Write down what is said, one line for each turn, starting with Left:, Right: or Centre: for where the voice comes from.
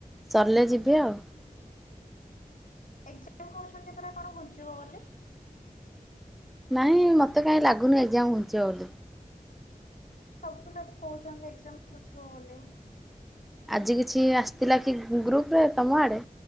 Centre: ସରିଲେ ଯିବି ଆଉ
Left: ହୁଁ ଏଜାମ କହୁଛନ୍ତି ପୁରା କଣ ବଞ୍ଚିବ ବୋଲି
Centre: ନାଇଁ ମତେ କାହିଁ ଲାଗୁନି ଏକ୍ଜାମ୍ ଘୁଞ୍ଚିବ ବୋଲି
Left: ସବୁ ପିଲା କହୁଛନ୍ତି ଏକଜାମ ଘୁଞ୍ଚିବ ବୋଲି
Centre: ଆଜି କିଛି ଆସିଥିଲା କି ଗ୍ରୁପରେ ତୁମ ଆଡ଼େ